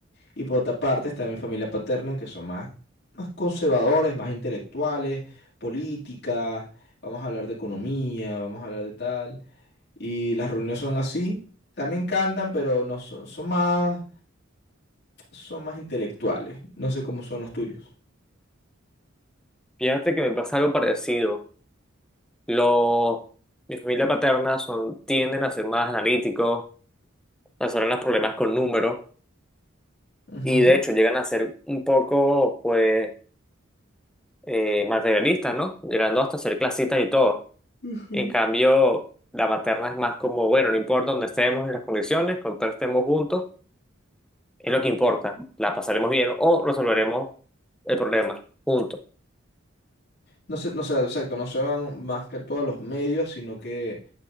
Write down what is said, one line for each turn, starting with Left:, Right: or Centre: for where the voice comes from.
Left: y por otra parte está mi familia paterna, que son más, más conservadores, más intelectuales, política, vamos a hablar de economía, vamos a hablar de tal, y las reuniones son así, también cantan, pero no son son más son más intelectuales. No sé cómo son los tuyos.
Centre: Fíjate que me pasa algo parecido. Los, mi familia paterna son, tienden a ser más analíticos, resuelven los problemas con números
Left: Ujú.
Centre: y de hecho llegan a ser un poco pues eh, materialistas, ¿no? Llegando hasta ser clasistas y todo.
Left: Ujú.
Centre: En cambio, la materna es más como, bueno, no importa dónde estemos ni las condiciones, con todos estemos juntos, es lo que importa. La pasaremos bien o resolveremos el problema juntos.
Left: No sé, no sé, exacto, no se van más que todos los medios, sino que,